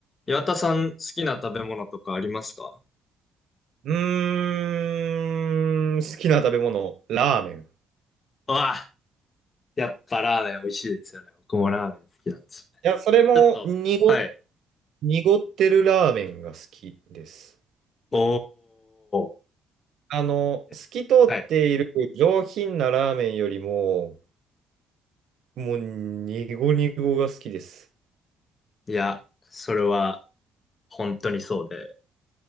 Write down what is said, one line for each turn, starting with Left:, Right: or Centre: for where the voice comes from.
Left: 岩田さん好きな食べ物とかありますか
Right: うーん、好きな食べ物、ラーメン。い
Left: うわ、やっぱラーメン美味しいですよね。僕もラーメン好きなんですよね。
Right: や、それも濁、
Left: ちょっと、はい。
Right: 濁ってるラーメンが好きです。
Left: おー。
Right: あの、
Left: えはい。
Right: 透き通っている上品なラーメンよりも、もう、濁濁が好きです。
Left: いや、それは本当にそうで。